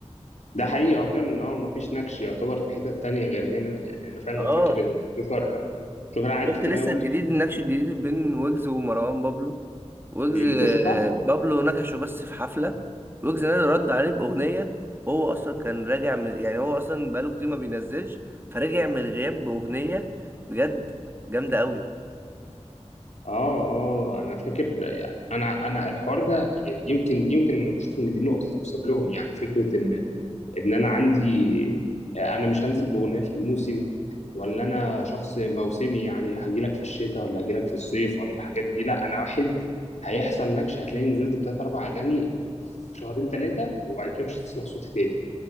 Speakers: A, on the left (about 80°); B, on the right (about 20°).
A: ده حقيقي هو فعلا اه مفيش نكش يعتبر في حتة تانية غير هنا يعني انا فعلا
B: اه
A: فاكر ان الجوكر الجوكر قعد
B: شفت
A: كتير
B: لسه
A: قوي
B: الجديد النكش الجديد بين ويجز ومروان بابلو ويجز
A: بينكشوا بعض
B: بابلو نكشه بس في حفلة ويجز نادي رد عليه بأغنية وهو أصلا كان راجع من يعني هو أصلا بقاله كتير ما بينزلش فرجع من الغياب بأغنية بجد جامدة أوي
A: اه اه انا فاكر يعني انا انا الحوار ده يعني يمكن يمكن انا بشوف ان دي نقطة تحسب لهم يعني فكرة ان ان انا عندي انا مش هنزل باغنيه في الموسم ولا انا شخص موسمي يعني هجيلك في الشتاء ولا هجيلك في الصيف ولا الحاجات دي لا انا واحد هيحصل نكش هتلاقي نزلت بتلات اربع اغاني في في شهرين ثلاثه وبعد كده مش هتسمع صوتي تاني